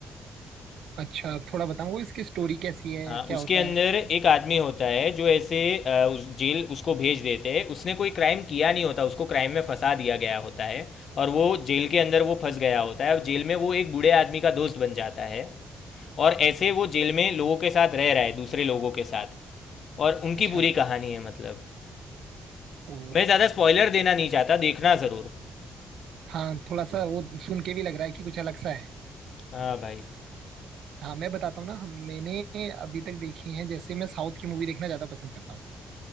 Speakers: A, on the right (about 80°); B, on the left (about 55°).
A: अच्छा थोड़ा बताओ इसकी स्टोरी कैसी है
B: हाँ
A: क्या
B: उसके
A: होता
B: अंदर
A: है
B: एक आदमी होता है जो ऐसे अ, उस जेल उसको भेज देते हैं उसने कोई क्राइम किया नहीं होता उसको क्राइम में फंसा दिया गया होता है और वो जेल के अंदर वो फंस गया होता है और जेल में वो एक बूढ़े आदमी का दोस्त बन जाता है और ऐसे वो जेल में लोगों के साथ रह रहा है दूसरे लोगों के साथ और उनकी
A: अच्छा
B: पूरी कहानी है मतलब
A: ओ
B: मैं ज़्यादा स्पॉइलर देना नहीं चाहता देखना ज़रूर
A: हाँ थोड़ा सा वो सुन के भी लग रहा है कि कुछ अलग सा है
B: हाँ भाई
A: हाँ मैं बताता हूँ ना हम मैंने अभी तक देखी हैं जैसे मैं साउथ की मूवी देखना ज्यादा पसंद करता हूँ